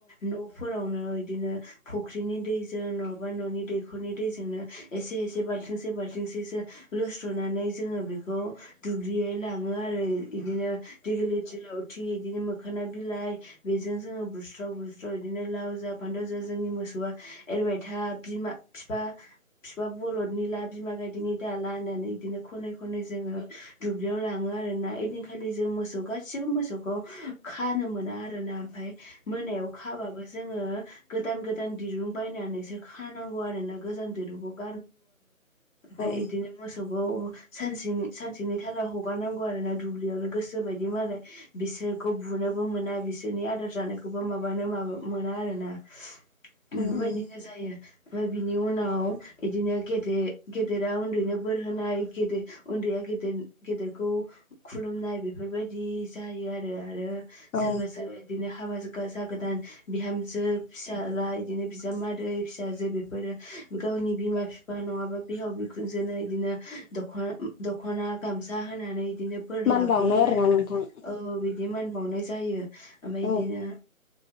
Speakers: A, on the left; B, on the left.
A: न'फोरावनो इदिनो फुख्रिनि दैजों नङाबा न'नि दैखरनि दैजोंनो एसे एसे बाल्थिंसे बाल्थिंसेसो लुस्रनानै जोङो बेखौ दुब्लियै लाङो आरो इदिनो दिगलिथि लावथि इदिनो मोखोना बिलाइ बेजों जोङो बुस्राव बुस्राव बिदिनो लाव जा फानथाव जा जोंनि मोसौआ एरबाय था बिमा फिफा फिफा बरलदनि ला बिमा गायददिनि दाला होननानै इदिनो खनै खनै जोङो दुब्लियाव लाङो आरोना ओइदिनखालि जों मोसौ गासिबो मोसौखौ खानो मोना आरो ना ओमफफ्राय मोनायाव खाबाबो जोङो गोदान गोदान दिरुं बायनानैसो खानांगौ आरो ग बि
B: औ
A: मोसौखौ सानसेनि सानसेनि थाखाय हगारनांगौ आरो ना दुब्लियावनो गोसो बायदि मालाय बिसोरखौ बुनोबो मोना बिसोरनि आदार जानायखौबो माबानो माबा मोना आरो ना बेफोरबायदिनो
B: उम उम
A: जायो ओमफ्राय बिनि उनाव बिदिनो गेदेर गेदेरा उन्दैनो बोर होनाय गेदेर उन्दैया गेदेर गेदेरखौ खुलुमनाय बेफोरबायदि जायो आरो आरो
B: औ
A: सोरबा सोरबा बिदिनो हाबा ज गोदान बिहामजो फिसाज्ला बिदिनो बिजामादै फिसाजो गावनि बिमा बिफा नङाबा बिहाव बिखुनजोंनो बिदिनो दख'ना दख'ना गामसा होनानै बिदिनो बोर
B: मान
A: लाफैयो
B: बावनाय आरोना
A: आरो
B: नोंथां
A: औ बिदि मोनानबावनाय जायो ओमफ्राय बिदिनो
B: औ